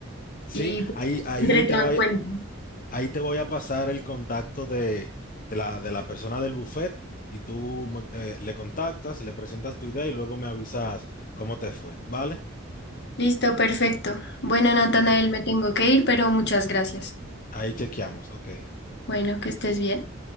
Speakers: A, on the left; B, on the left.
A: Sí,
B: y pues,
A: ahí, ahí
B: tendré
A: te
B: todo
A: va,
B: en cuenta.
A: Ahí te voy a pasar el contacto de, de la, de la persona del buffet y tú me- eh, le contactas, le presentas tu idea y luego me avisas cómo te fue, ¿vale?
B: Listo, perfecto. Bueno, Natanael,
A: Ok,
B: me tengo que ir, pero muchas gracias.
A: ahí chequeamos, ok.
B: Bueno, que estés bien.